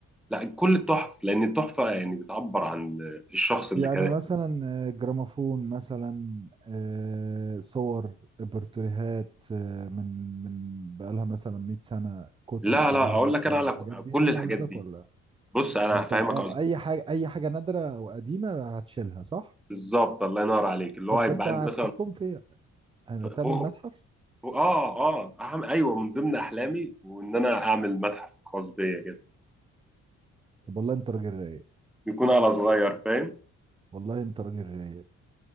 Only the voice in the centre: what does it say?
لا كل التحف لان التحفه يعني بتعبر عن الشخص اللي
كان
لا
لا اقول
لك انا
على
ك-
كل
الحاجات
دي
بص انا
هفهمك
قصدي
بالظبط الله ينور عليك اللي
هو هيبقى
عندي
مثلا
ف- فوق
فوق- اه اه أهم ايوه من ضمن احلامي وان انا اعمل متحف خاص بيا كده
يكون على صغير فاهم